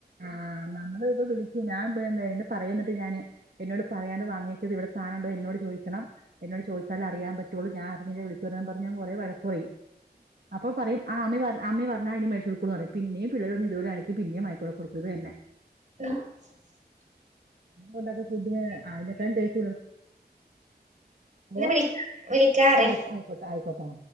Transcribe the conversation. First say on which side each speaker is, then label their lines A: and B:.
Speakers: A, on the right (about 65°); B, on the right (about 45°).
A: ആഹ നമ്മള ഇപ്പ വിളിച്ചു ഞാൻന്ത പറയന്നിട്ട് ഞാൻ എന്നോട് പറയാണ്ട് വാങ്ങിയക്കത് ഇവിടെ സാധംുണ്ട്ോ എന്നോട് ചോദിക്കണം എന്നോട് ചോദിച്ചാല അറിയൻ പറ്റുള്ളൂ ഞാൻ അറിഞ്ഞില്ലേ വിളിച്ച പറഞ്ഞ കുറെ വഴ കുറയും അപ്പൊ പറയും ആ പറ ആമ്മയും പറഞ്ഞാ അതി മനഷ കൊടുക്കൂന്ന് പറയും പിന്നേ പിള്ളേ ഒന്ന ഇതുപലാണും പിന്നേ <unintelligible>
B: <unintelligible>
A: <unintelligible> ഫുഡിന് അയിനേക്കാൾ ടെസ്റ്റ് മോ
B: ന്നാ വിളിക്കാ വിളിക്കാറെ
A: ആഹ് ആയിക്ക ആയിക്കോട്ടാ ആയിക്കോട്ടാ